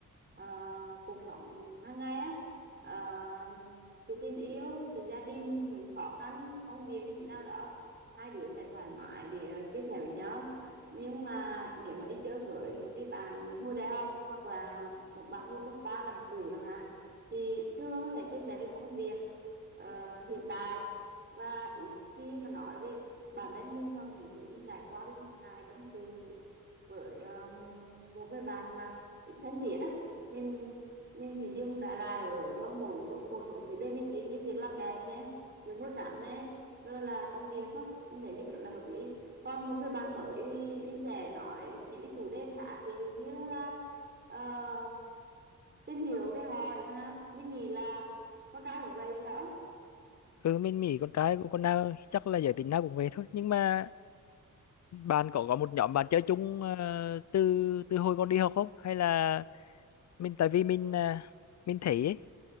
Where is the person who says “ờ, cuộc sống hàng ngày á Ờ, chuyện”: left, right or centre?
Right